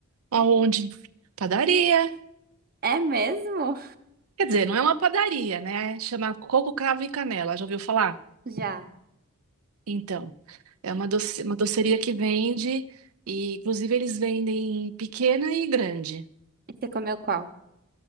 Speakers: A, on the right; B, on the right.
A: aonde? Padaria.
B: É mesmo?
A: Quer dizer, não é uma padaria, né? Chama Coco, Cravo e Canela. Já ouviu falar?
B: Já.
A: Então, é uma doce, uma doceria que vende e, inclusive, eles vendem pequena e grande.
B: E você comeu qual?